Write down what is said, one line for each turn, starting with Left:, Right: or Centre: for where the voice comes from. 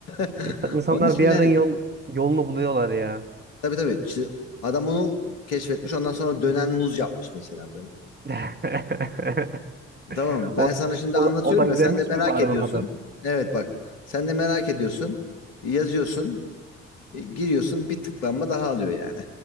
Left: <laughs>
Right: İnsa- İnsanlar
Left: Onun için
Right: bir yerden
Left: yani
Right: yol, yolunu buluyorlar ya.
Left: tabii tabii işte adam onu keşfetmiş ondan sonra dönen muz yapmış mesela böyle.
Right: <laughs>
Left: Tamam
Right: O,
Left: ben sana şimdi
Right: o,
Left: anlatıyorum
Right: da- o da izlenmiş
Left: ya sen de merak
Right: mi bari
Left: ediyorsun.
Right: o kadar?
Left: Evet bak sen de merak ediyorsun. Yazıyorsun e, giriyorsun bir tıklanma daha alıyor yani.